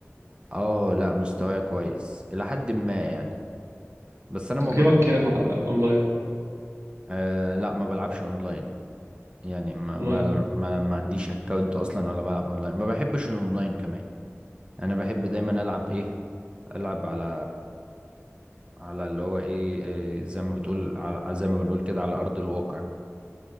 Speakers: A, on the right (about 20°); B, on the right (about 75°).
A: اه لا مستواي كويس الى حد ما يعني بس انا ما
B: تقييمك
A: بط...
B: كام على الاونلاين
A: آه لا ما بلعبش اونلاين يعني ما
B: اونلاين
A: ما ما, ما عنديش اكونت اصلا ولا بلعب اونلاين ما بحبش الاونلاين كمان انا بحب دايما العب ايه العب على على اللي هو ايه إيه، زي ما بتقول على زي ما بنقول كده على ارض الواقع